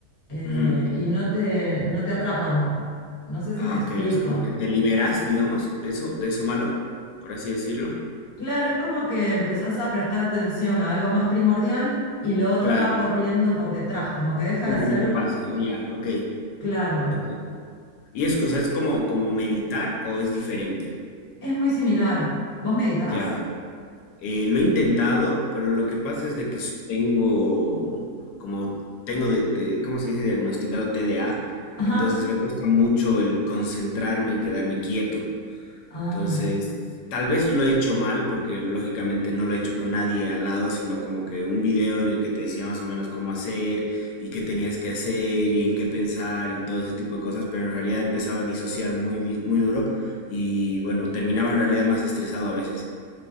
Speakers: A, on the left; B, on the left.
A: eh,
B: ujú.
A: y no te, no te atrapan. No sé si
B: Ah,
A: me explico.
B: ok, o sea, como que te liberas, digamos, de eso, de eso malo, por así decirlo.
A: Claro, es como que empezás a prestar atención a algo más primordial y lo otro
B: Claro,
A: va corriendo por detrás, como que deja
B: simplemente
A: de ser
B: pasa. Ah, ya, ok.
A: claro.
B: Lo tengo. Y es, o sea, es como, como meditar o es diferente.
A: Es muy similar. ¿Vos meditas?
B: Ya. Eh, lo he intentado, pero lo que pasa es de que s- tengo, como tengo de, de- ¿cómo se dice? Diagnosticado TDA,
A: Ajá.
B: entonces me cuesta mucho el concentrarme y quedarme quieto.
A: Ah.
B: Entonces, tal vez lo he hecho mal, porque lógicamente no lo he hecho con nadie al lado, sino como que un video en el que te decía más o menos cómo hacer y qué tenías que hacer y en qué pensar y todo ese tipo de cosas, pero en realidad empezaba a disociar muy, di- muy duro y bueno, terminaba en realidad más estresado a veces.